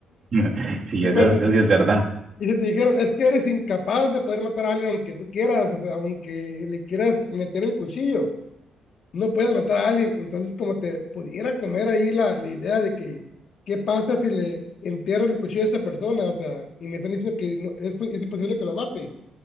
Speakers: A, on the right; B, on the left.
A: <laughs> sí, eso,
B: Pues,
A: eso
B: y
A: sí es verdad.
B: y si te dijeron, es que eres incapaz de poder matar a alguien aunque tú quieras, o sea, aunque le quieras meter el cuchillo, no puedes matar a alguien. Entonces, como te pudiera comer ahí la, la idea de que, ¿qué pasa si le entierro el cuchillo a esta persona? O sea, y me están diciendo que no- es, pos- es imposible que lo mate,